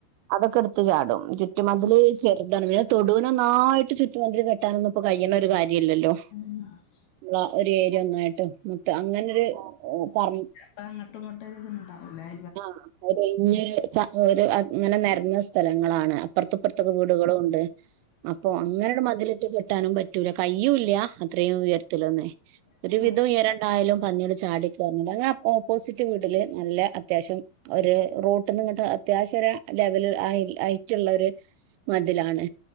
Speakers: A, on the right (about 85°); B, on the left (about 70°).
A: അതൊക്കെടുത്ത് ചാടും ചുറ്റുമതില്
B: ആഹ്
A: ചെറുതാണങ്കില് തൊടുനൊന്നായിട്ട് ചുറ്റുമതില് കെട്ടാനൊന്നുംപ്പോ കഴിയുന്നൊരു കാര്യല്ലല്ലോ
B: <inaudible>
A: ഉള്ള ഒരു ഏരിയ ഒന്നായിട്ട് മൊത്ത അങ്ങനൊരു പറ
B: അപ്പങ്ങോട്ടുംങ്ങോട്ടും ഇത് ഇണ്ടാവുലേ
A: ആഹ് ഒരു ഒഴിഞ്ഞൊരു ഒരു അങ്ങനെ നിരന്ന സ്ഥലങ്ങളാണ് അപ്പറത്തുപ്പുറത്തൊക്കെ വീടുകളുണ്ട് അപ്പോ അങ്ങനെയാണ്ട് മതിലിട്ട് കെട്ടാനും പറ്റൂല കയ്യുല്ല അത്രയും ഉയരത്തിലുന്നേ ഒരു
B: ആഹ്
A: വിധം ഉയരണ്ടായാലും പന്നീകള് ചാടി കയറണ്ട് ഞ്ഞങ്ങളെ ഓപ്പോസിറ്റ് വീട്ടില് നല്ല അത്യാവശ്യം ഒരു റോട്ട് ട്ട്ന്ന്ങ്ങട്ട് അത്യാവശ്യം ലെവല് ഹൈറ്റുള്ള ഒരു മതിലാണ്